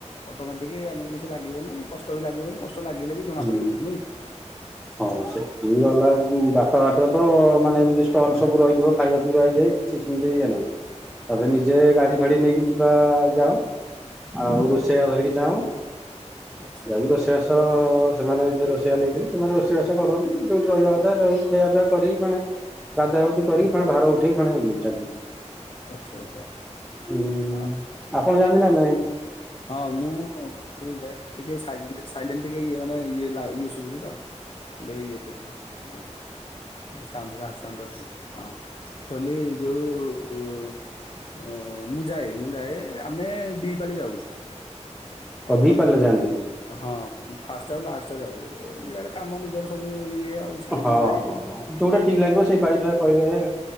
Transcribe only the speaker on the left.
ଅଟୋମେଟିକ ଆମକୁ କିଛି ଲାଗିବନି କଷ୍ଟ ବି ଲାଗିବନି କଷ୍ଟ ଲାଗିଲେ ବି। ଜଣା
ପଡିବନି ନୁହେଁ କି?
ଆଚ୍ଛା
ଆଚ୍ଛା
ଆଚ୍ଛା ଆଚ୍ଛା
ଆଛା ଆଛା
ଆଉ।
ହଁ ମୁଁ। ସେଇ ଯାଏ ଟିକେ ସାଇଲେଣ୍ଟ ସାଇଲେଣ୍ଟ ଟିକେ ଇଏ ମାନେ ଇଏ ଲାଉ ଇଏ ଶୁଭୁଚି ତ। କଣ୍ଡେ ଇଏ ରୁହନ୍ତୁ ହଁ। ସାଉଣ୍ଡ ବାହାର ସାଉଣ୍ଡ ଆସୁଚି ହଁ କହିଲି ଯୋଉ। ଅ ମୁଁ ଯାଏ ମୁଁ ଯାଏ ଆମେ ଦି। ଦି ପାଳି ଯାଉ ପାଖ
ଇଏ ମନ୍ଦିର।
ହଁ ଫାଷ୍ଟା ଆଉ ଲାଷ୍ଟ ଟା ଯାଉ ଇଆଡେ କାମ ନିଜର ସବୁ ଇଏ ଆଉ। ଛାଡିକିନା
ଯାଇ
ହୁଏନି।